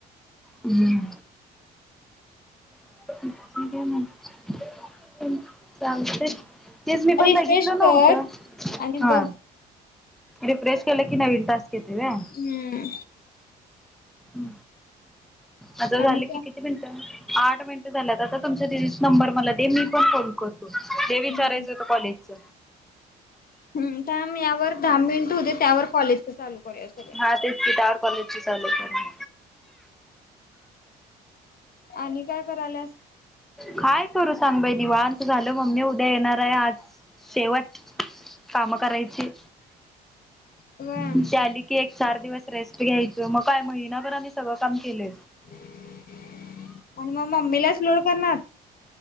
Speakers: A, in the centre; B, on the left.
A: हम् <unintelligible> तेच मी पण
B: रिफ्रेश
A: बघितलं नव्हतं
B: कर आणि
A: हा
B: बघ
A: रिफ्रेश केलकी नवीन टास्क येतोय व्हय - ह्
B: हम्म
A: ह माझं झालं
B: आणि
A: कि किती मिनट आठ मिनटं झाल्यात आता तुमच्या दिदीच नंबर मला दे मी पण फोन कर ते
B: काय
A: विचारायचं होत कॉलेजच
B: हम्म थांब यावर दहा मिनिट होउदे त्यावर कॉलेजच चालू करूया सगळ.
A: हा तेच की त्यावर कॉलेजच चालू करा.
B: आणि काय कराल्यास.
A: काय करू सांग बाई निंवात झालं मम्मी उद्या येणार आहे आज शेवट. काम करायची
B: व्हय
A: ती आली की एक. चार दिवस रेस्ट घ्यायचं मग काय महिनाभर आम्ही सगळं काम केलं.
B: आणि मग मम्मीलाच लोड करणार.